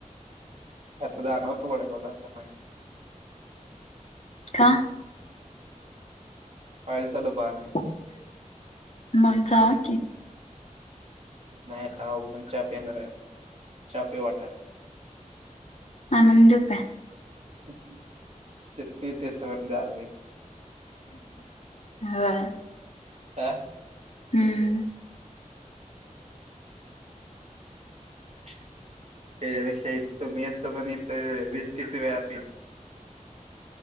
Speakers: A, on the right; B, on the left.
A: आता जाणार होतो. वडगावला आता नाही.
B: का.
A: कालचा डबा आणायचाय.
B: मग जावा की.
A: नाही आता आवरून चहा पिणार आहे. चहा पिऊ वाटालय.
B: आणून देऊ काय.
A: तितन इथं येवूस तोवर गार होईल.
B: होय
A: हा
B: हम्म.
A: त्याच्यापेक्षा इथं मी असतो म्हणे इथं वीस तीस वेळा पियेन.